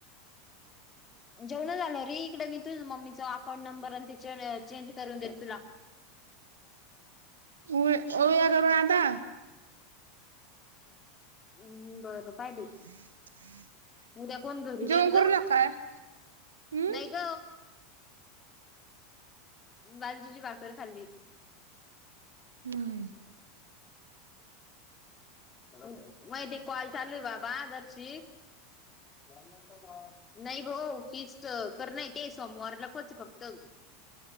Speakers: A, on the left; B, on the right.
A: जेवणं झालो री इकडे मी तुझ मम्मीचा अकाउंट नंबर आणि ते चेंज करून देत तुला. <inaudible>
B: उ ओया करू आता
A: हम्म बरं पाय बाई
B: <unintelligible>
A: उद्या कोण घरी
B: जेवणं
A: जाईन ग
B: करुला काय? हम्म
A: नाही ग बाजरीची भाकर खाल्ली <unintelligible>
B: हम्म
A: माहितीे कॉल चालूय बाबा दरशी नाही गो फीक्सच तर नाही ते सोमवारला कोच फक्त